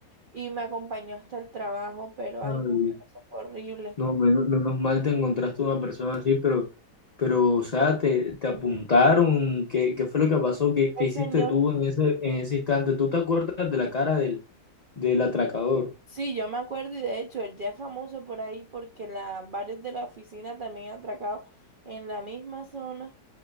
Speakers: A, on the right; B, on the left.
A: y me acompañó hasta el trabajo, pero
B: Ay,
A: ay no, pero eso fue horrible.
B: no, menos, menos mal te encontraste una persona así, pero, pero, o sea, te, te apuntaron. ¿Qué, qué fue lo que pasó? ¿Qué,
A: El
B: qué hiciste
A: señor
B: tú en ese, en ese instante? ¿Tú te acuerdas de la cara del, del atracador?
A: Sí, yo me acuerdo y de hecho él ya es famoso por ahí porque la, varios de la oficina también han atracado en la misma zona